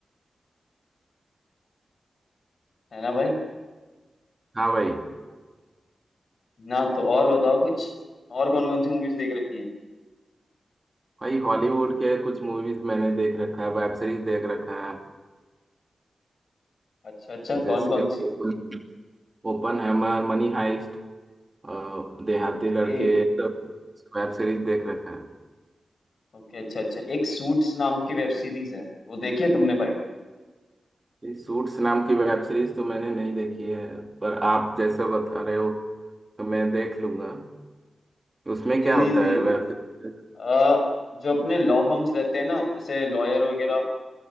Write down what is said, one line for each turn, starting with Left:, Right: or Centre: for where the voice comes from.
Left: है ना भाई
Right: हाँ भाई
Left: ना तो और बताओ कुछ और कौन कौन सी मूवीज देख रखी हैं
Right: भाई हॉलीवुड के कुछ मूवीज मैंने देख रखा है वेब सीरीज देख रखा है
Left: अच्छा अच्छा
Right: जैसे
Left: कौन कौन
Right: open
Left: सी
Right: open hammer money heist अ, देहाती
Left: ओके
Right: लड़के सब वेब सीरीज देख रखा है
Left: ओके अच्छा अच्छा एक सूट्स नाम की वेब सीरीज है वो देखी है तुमने भाई
Right: ये सूट्स नाम की वेब सीरीज तो मैंने नहीं देखी है पर आप जैसा बता रहे हो तो मैं देख लूंगा उसमें
Left: नहीं
Right: क्या
Left: नहीं
Right: होता
Left: नहीं
Right: है वेब सीरीज
Left: अ, जो अपने लॉ फर्म्स रहते हैं ना जैसे लॉयर वगैरह